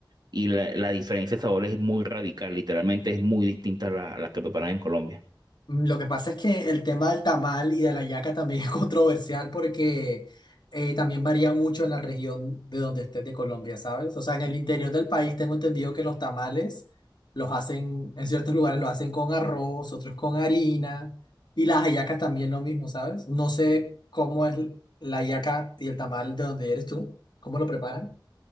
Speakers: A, on the right; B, on the left.
A: Y la, la diferencia de sabor es muy radical, literalmente es muy distinta a la, a la que preparan en Colombia.
B: Mm, Lo que pasa es que el tema del tamal y de la yaca también <laughs> es controversial porque eh, también varía mucho en la región de donde estés de Colombia, ¿sabes? O sea, en el interior del país tengo entendido que los tamales los hacen, en ciertos lugares los hacen con arroz, otros con harina y las hallacas también lo mismo, ¿sabes? No sé cómo es la hallaca y el tamal de donde eres tú, cómo lo preparan.